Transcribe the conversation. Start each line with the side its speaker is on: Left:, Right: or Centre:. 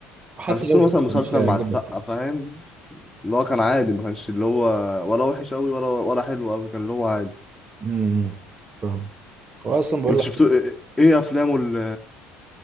Right: وحتى
Centre: انا شفت
Right: لو
Centre: له
Right: شفت
Centre: مثلا مسلسل
Right: مش هيعجبك
Centre: مع السقا
Right: يعني
Centre: فاهم اللي هو كان عادي ما كانش اللي هو ولا وحش قوي ولا ولا حلو قوي كان اللي هو عادي
Right: امم فاهم هو اصلا بقول
Centre: انت
Right: لك
Centre: شفت ايه ايه افلامه اللي,